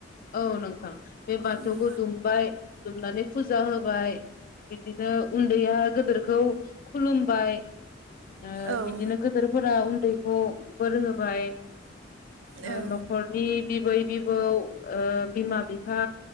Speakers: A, on the left; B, on the right.
A: औ नों बे बाथौखौ
B: उम
A: दुमबाय दुमनानै फुजा होबाय बिदिनो बिनो उन्दैया गदोरखौ खुलुमबाय ओ
B: औ
A: बिदिनो गोदोरफोरा उन खौ फोरों होबाय ओ
B: औ
A: न'खरनि बिबै बिबौ ओ बिमा बिफा